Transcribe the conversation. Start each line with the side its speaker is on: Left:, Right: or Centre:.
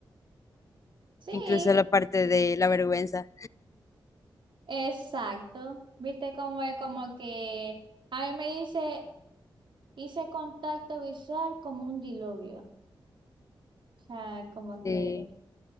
Right: Sí.
Left: incluso la parte de la vergüenza.
Right: Exacto. Viste cómo es como que a mí me dice, hice contacto visual como un diluvio. O sea, como que,
Left: Sí.